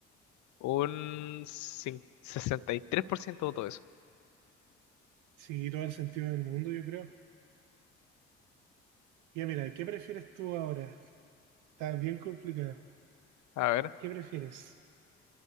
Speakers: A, on the left (about 65°); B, on the right (about 80°).
A: Un cin- 63% votó eso.
B: Sí, todo el sentido del mundo, yo creo. Ya mira, ¿qué prefieres tú ahora? Está bien complicado.
A: A ver.
B: ¿Qué prefieres?